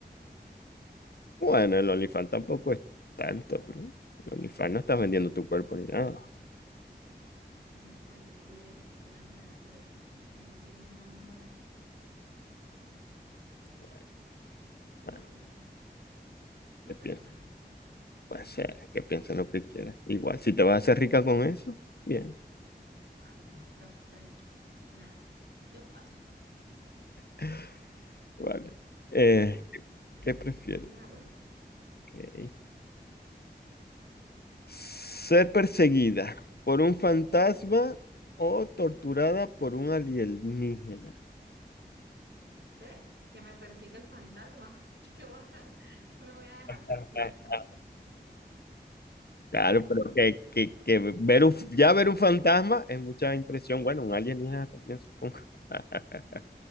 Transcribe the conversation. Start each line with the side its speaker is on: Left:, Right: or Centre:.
Left: Bueno, el OnlyFans tampoco es tanto, ¿no? El OnlyFans no estás vendiendo tu cuerpo ni nada.
Right: Pues a mí me parece muy boleta y qué pena que me vean por ahí. Entonces sí es un tema muy moral,
Left: Bueno,
Right: pues
Left: bueno,
Right: creo yo, ¿no? Muy
Left: que
Right: personal.
Left: piensen, puede ser, que piensen lo que quieran. Igual, si te vas a hacer rica con eso, bien,
Right: Ay, no, pero a costa de qué. Nada. Yo paso.
Left: <laughs> vale. Eh,
Right: Tu turno.
Left: ¿qué, qué prefieres?
Right: Y última ronda.
Left: Ok. ¿Ser perseguida por un fantasma o torturada por un alienígena?
Right: Ve, que me persiga el fantasma. <laughs> Yo que voy a- que me voy a dejar torturar.
Left: <laughs>
Right: <laughs>
Left: Claro, pero que, que, que ver un, ya ver un fantasma es mucha impresión. Bueno, un alienígena también, supongo. <laughs>